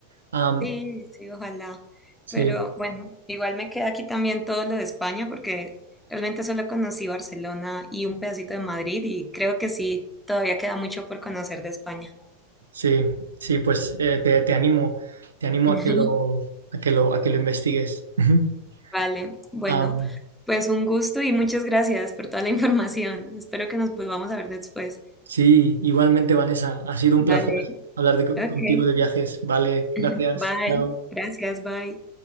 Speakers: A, on the right; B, in the centre.
A: Am,
B: Sí, sí, ojalá.
A: sí,
B: Pero bueno, igual me queda aquí también todo lo de España porque realmente solo conocí Barcelona y un pedacito de Madrid y creo que sí, todavía queda mucho por conocer de España.
A: sí, sí, pues eh, te, te animo, te animo
B: <laughs>
A: a que lo, a que lo, a que lo investigues. <laughs>
B: Vale, bueno,
A: Am,
B: pues un gusto y muchas gracias por toda la información. Espero que nos volvamos a ver después.
A: sí, igualmente, Vanessa, ha sido un
B: Vale,
A: placer hablar de- contigo
B: ok.
A: de viajes. Vale,
B: <laughs>
A: gracias.
B: Bye,
A: Chao.
B: gracias, bye.